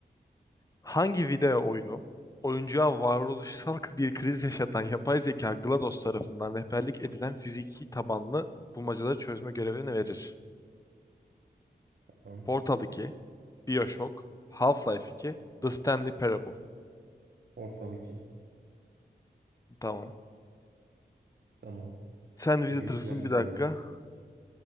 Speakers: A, on the left; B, on the right.
A: Hangi video oyunu oyuncuya varoluşsal bir kriz yaşatan yapay zeka GLaDOS tarafından rehberlik edilen fiziki tabanlı bulmacaları çözme görevini verir?
B: Tamam.
A: Portal iki BioShock, Half-Life iki The Stanley Parable.
B: Ortal 2.
A: Tamam.
B: Tamam.
A: Sen
B: Çok
A: Visitors'ın
B: etkilenmedim
A: bir dakika.
B: bilmiyorum.